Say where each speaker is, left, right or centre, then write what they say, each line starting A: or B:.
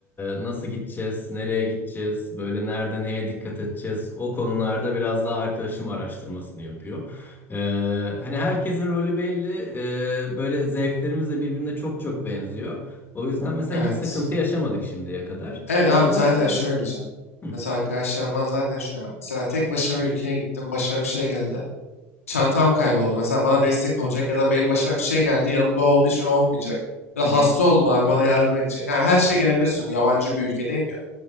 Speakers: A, on the left (about 25°); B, on the left (about 80°).
A: e, nasıl gideceğiz, nereye gideceğiz, böyle nerede neye dikkat edeceğiz o konularda biraz daha arkadaşım araştırmasını yapıyor. Ee, hani herkesin rolü belli. Ee, böyle zevklerimiz de birbirine çok çok benziyor. O yüzden mesela
B: Evet.
A: hiç sıkıntı yaşamadık şimdiye kadar.
B: Evet abi
A: Ama
B: zaten
A: işte
B: şöyle diyeceğim.
A: hı
B: Mesela arkadaşlarımdan zaten şöyle abi. Mesela tek başına bir ülkeye gittim. Başıma bir şey geldi. Çantam kayboldu. Mesela bana destek olacak ya da benim başıma bir şey geldi. Yanımda olduğu için olmayacak. Ya
A: hı
B: da
A: hı.
B: hasta oldum abi bana yardım edecek. Yani her şey gelebilirsin. Yabancı bir ülkedeyim ya.